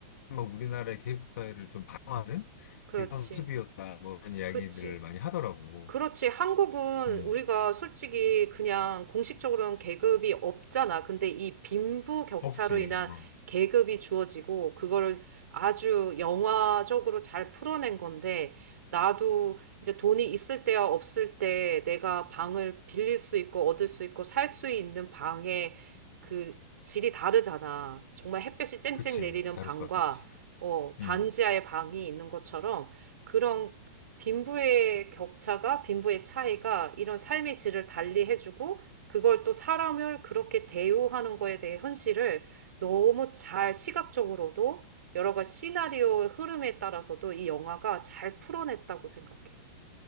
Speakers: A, on the left; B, on the right.
A: 막 우리나라의 계급 사회를 좀 반영하는
B: 그렇지.
A: 그런 모습이었다. 뭐, 이런 이야기들을
B: 그치.
A: 많이 하더라고.
B: 그렇지. 한국은
A: 음,
B: 우리가 솔직히 그냥 공식적으로는 계급이 없잖아. 근데 이 빈부격차로
A: 없지.
B: 인한
A: 어,
B: 계급이 주어지고 그거를 아주 영화적으로 잘 풀어낸 건데 나도 이제 돈이 있을 때와 없을 때 내가 방을 빌릴 수 있고 얻을 수 있고 살 수 있는 방의 그 질이 다르잖아. 정말 햇볕이 쨍쨍
A: 그치.
B: 내리는
A: 다를
B: 방과
A: 수밖에 없지.
B: 어, 반지하의
A: 음.
B: 방이 있는 것처럼 그런 빈부의 격차가, 빈부의 차이가 이런 삶의 질을 달리해주고, 그걸 또 사람을 그렇게 대우하는 거에 대해 현실을 너무 잘 시각적으로도 여러 가지 시나리오의 흐름에 따라서도 이 영화가 잘 풀어냈다고 생각해.